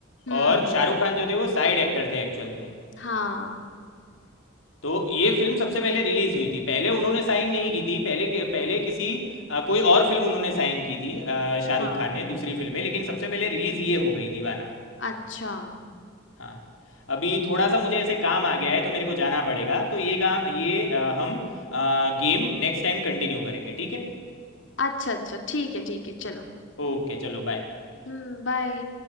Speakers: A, on the left; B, on the left.
A: हम्म
B: और शाहरुख खान जो थे वो साइड एक्टर थे एक्चुअल में
A: हाँ
B: तो ये फिल्म सबसे पहले रिलीज हुई थी पहले उन्होंने साइन नहीं की थी पहले पहले किसी अ, कोई और फिल्म उन्होंने साइन की थी अ, शाहरुख
A: हाँ
B: खान ने दूसरी फिल्म में लेकिन सबसे पहले रिलीज ये हो गई दीवाना
A: अच्छा
B: हाँ अभी थोड़ा सा मुझे ऐसे काम आ गया है तो मेरे को जाना पड़ेगा तो ये गा ये अ, हम आ, गेम नेक्स्ट टाइम कंटिन्यू करेंगे ठीक है
A: अच्छा अच्छा ठीक है ठीक है चलो
B: ओके चलो बाय
A: हम्म बाय